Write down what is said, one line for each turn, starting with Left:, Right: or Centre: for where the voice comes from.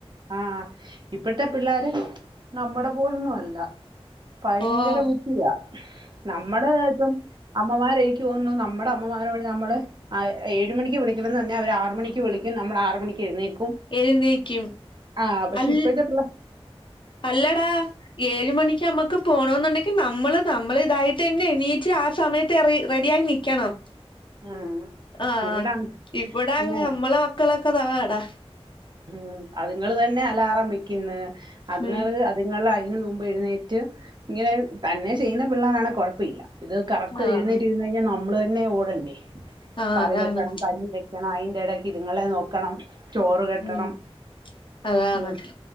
Right: ആഹ് ഇപ്പഴത്തെ പിള്ളോര് നമ്മടെ പോലൊന്ന് അല്ല ഭയങ്കര
Left: ഓഹ്
Right: ബുദ്ധിയാ നമ്മടെ ഇതും അമ്മമാര് എനിക്ക് തോന്നുന്നു നമ്മുടെ അമ്മമാരോട് നമ്മള് ആഹ് ഏഴ്ണിക്ക് വിളിക്കണം എന്ന് പറഞ്ഞാൽ അവര് ആറ് മണിക്ക് വിളിക്കും നമ്മൾ ആറ് മണിക്ക് എയ്ന്നേക്കും
Left: എഴുന്നേക്കും
Right: ആഹ് പക്ഷെ
Left: അൽ
Right: ഇപ്പഴത്തെ പിള്ള
Left: അല്ലടാ ഏഴ് മണിക്ക് നമ്മുക്ക് പോണോന്നുണ്ടങ്കി നമ്മള് നമ്മള് ഇതായിട്ട് തന്നെ എണീറ്റ് ആ സമ ത്തെ റെഡി റെഡിയായി നീക്കണം
Right: ആ
Left: ആഹ്
Right: ഇവിടെ
Left: ഇവിടെ
Right: അങ്ങനെ
Left: അങ്ങ് നമ്മളെ മക്കളൊക്കെ സാമട്ട
Right: ഉം അതുങ്ങൾ തന്നെ അലാറം വെക്കുന്ന അതുങ്ങള്
Left: ഉം
Right: അത്ങ്ങള് അതിനു മുമ്പ് എഴുന്നേറ്റ് ഇങ്ങനെ തന്നെ ചെയ്യുന്ന പിള്ളേരാണെ കുഴപ്പം ഇല്ല ഇത് കറക്റ്റ്
Left: ആഹ്
Right: എഴുന്നേറ്റ് ഇരുന്ന് കഴിഞ്ഞാ നമ്മൾ തന്നെ ഓടെണ്ടെ
Left: ആഹ്
Right: കറി
Left: അതാണ്
Right: വെക്കണം കഞ്ഞി ണം അതിന്റെ ഇടയ്ക്ക് ഇതുങ്ങളെ നോക്കണം ചോറ് കെട്ടണം
Left: ഉം അതാണ്
Right: ഉം